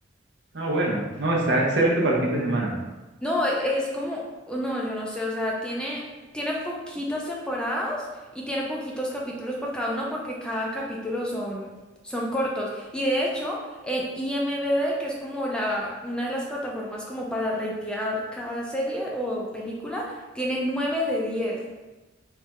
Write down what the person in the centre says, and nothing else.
No, e- es como, oh, no, yo no sé, o sea, tiene, tiene poquitas temporadas y tiene poquitos capítulos por cada uno porque cada capítulo son, son cortos. Y de hecho, en IMDb, que es como la, una de las plataformas como para ratear cada serie o película, tiene nueve de diez